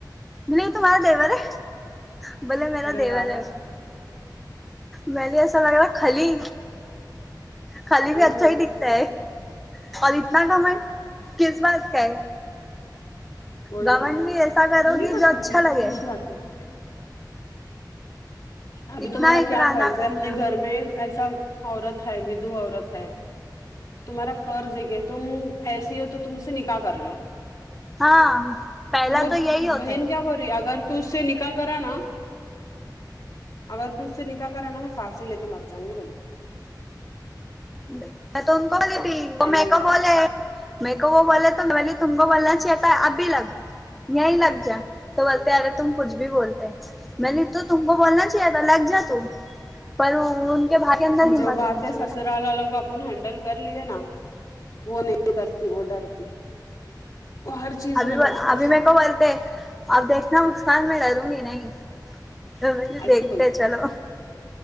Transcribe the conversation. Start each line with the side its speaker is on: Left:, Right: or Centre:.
Centre: بولی یہ تمہارا دیور ہے بولے میرا
Left: ڈرا
Centre: دیور
Left: رہا
Centre: ہے میں نے ایسا لگا کھلی کھلی
Left: ہوں
Centre: بھی اچھا ہی دکھتا ہے اور اتنا گھمنڈ کس بات کا ہے
Left: وہی
Centre: گھمنڈ
Left: نا
Centre: بھی ایسا کرو
Left: وہ نہیں
Centre: گی
Left: کرتی
Centre: جو اچھا لگے
Left: <unintelligible> ابھی
Centre: اتنا
Left: تمہارا
Centre: اترانا
Left: کیا فرض
Centre: کرنا
Left: ہے اپنے گھر میں ایک ایسا عورت ہے ودو عورت ہے تمہارا فرض ہے کہ تم ایسی ہو تو تم اس سے نکاح کر لو
Centre: ہاں پہلا
Left: تو وہ
Centre: یہی ہوتا
Left: بہن
Centre: ہے
Left: کیا ہو رہی اگر تو اس سے نکا ح کرا نا اگر تو اس سے نکاح کرا نا میں پھانسی لے کے مر جاؤں گی بولی
Centre: میں تو انکو دی تھی وہ میک
Left: نہیں
Centre: اپ
Left: کر
Centre: والے
Left: رہا
Centre: ہے میرے کو وہ بولے تو بلی تم کو بولنا چاہیے تھا اب بھی لگ یہیں لگ جاؤ تو بولتے ارے تم کچھ بھی بولتے میں نے تو تم کو بولنا چاہیے تھا لگ جا تو پراو او ان کے بھائی کے اندر ہمت
Left: جو باتیں
Centre: ہونی چاہیے
Left: سسرال
Centre: نا
Left: والو کو اب ان ہینڈل کر لیے نا وہ نہیں کرتی وہ ڈرتی وہ ہر چیز
Centre: ابھی
Left: میں
Centre: م
Left: ڈرتی
Centre: ابھی میں کو بولتے اب دیکھنا مسکان میں ڈروں گی نہیں تو میں بولی
Left: ایسی
Centre: دیکھتے
Left: بولتی
Centre: چلو